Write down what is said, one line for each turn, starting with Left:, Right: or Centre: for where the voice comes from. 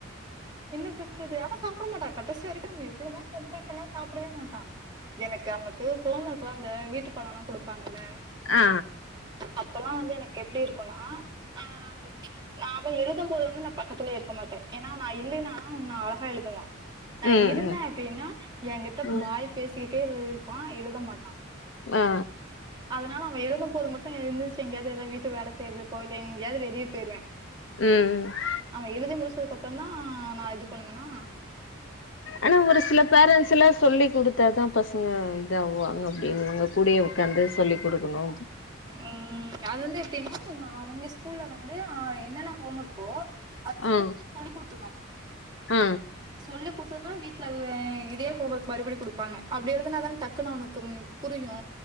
Right: என்ன பண்றது ஆனா சாப்பிட மாட்டா கடைசி வரைக்கு நம்ம ய் எவ்ளதா கம்பல் பண்ணா சாப் சாப்பிடவே மாட்டா எனக்கு அவன்ளுக்கு ஹோம் ஒர்க் எல்லா இந்த வீட்டு பாடோல்லா கொடுப்பாங்கல்ல
Left: ஆ
Right: அப்பெல்லா வந்து எனக்கு எப்டி இருக்குனா ஆஹ் நா அவ எழுத போது வந்து நா பக்கத்திலயே இருக்க மாட்டே ஏன்னா நா இல்லைனா அழகா எழுதுவா நா
Left: ம்
Right: இருந்தே
Left: ம்
Right: அப்டின்னா என்கிட்ட
Left: ம்
Right: வாய் பேசிக்கிட்டே இருப்பா எழுத மாட்டா
Left: ஆ
Right: அதனால அவ எழுத போது மட்டு எழுந்துச்சு எங்கேயாவது எதாவது வீட்டு வேல செய்றது கோயில எங்கேயாவது வெளியே போயிருவே
Left: ம் ம்
Right: அவ எழுதி முடிச்சதுக்கு அப்பறோ தா நா இது பண்ணுவேனா
Left: ஆனா ஒரு சில பேரண்ட்ஸ் பசங்கலா சொல்லி் கொடுத்தா தா பசங்க இதா ஆவாங்க அப்டின்னுவாங்க கூடிய உட்காந்து சொல்லிக் கொடுக்கணு
Right: ம் அது வந்து எப்டின்னா அவங்கே ஸ்கூல்ல வந்து அ என்னென்ன ஹோம்ர்க்கோ அது ஸ்கூல்ல
Left: ஆ
Right: சொல்லி கொடுத்துருவாங்க
Left: ஆ
Right: சொல்லிக் குடுத்துதா வீட்ல இதே ஹோம் ஒர்க் மறுபடி குடுப்பாங்க அப்டி எழுதுனா தான டக்குனு அவனக்கு புரியு